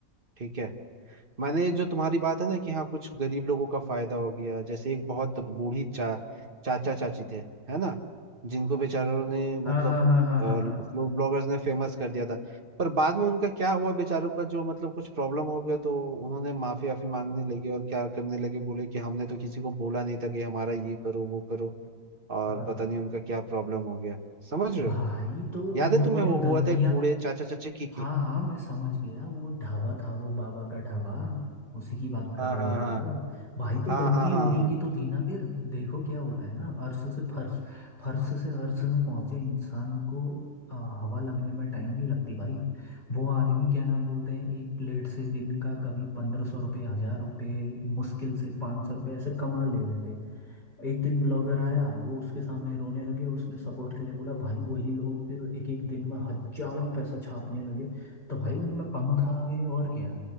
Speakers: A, on the right; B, on the left.
A: ठीक है मैंने जो तुम्हारी बात है ना कि हाँ कुछ गरीब लोगों का फायदा हो गया जैसे एक बहुत बूढ़ी चा चाचा चाची थे है ना जिनको बेचारों ने
B: हाँ
A: मतलब
B: हाँ हाँ हाँ
A: फ्लूड
B: हाँ हाँ
A: ब्लॉगर्स ने फेमस कर दिया था पर बाद में उनका क्या हुआ बेचारों का जो मतलब कुछ प्रॉब्लम हो गया तो उन्होंने माफी वाफी मांगने लगे और क्या करने लगे बोले कि हमने तो किसी को बोला नहीं था कि हमारा ये करो वो करो और
B: हाँ हाँ।
A: पता नहीं उनका क्या प्रॉब्लम हो गया समझ रहे
B: भाई
A: हो
B: तो उन
A: याद है
B: लोगों
A: तुम्हें
B: ने
A: वो हुआ
B: गलतियां
A: था एक बूढ़े चाचा चाची की की
B: हाँ हाँ मैं समझ गया वो ढाबा था वो बाबा का ढाबा उसी की बात कर
A: हाँ
B: रहे
A: हाँ
B: हो गया
A: हाँ
B: आप भाई तो
A: हाँ
B: गलती
A: हाँ हाँ
B: उन्हीं
A: हाँ
B: की तो थी ना फिर देखो क्या होता है ना अर्श से फर्श फर्श से अर्श में पहुंचे इंसान को आ, हवा लगने में टाइम नहीं लगती भाई वो आदमी क्या नाम बोलते हैं एक प्लेट से दिन का कभी पंद्रह सौ रुपये हजार रुपये मुश्किल से पाँच सौ रुपये ऐसे कमा ले रहे थे एक दिन ब्लॉगर आया वो उसके सामने रोने लगे उसने सपोर्ट के लिए बोला भाई वही लोग फिर एक एक दिन में हजारों पैसा छापने लगे तो भाई उनमें पंख आ गए और क्या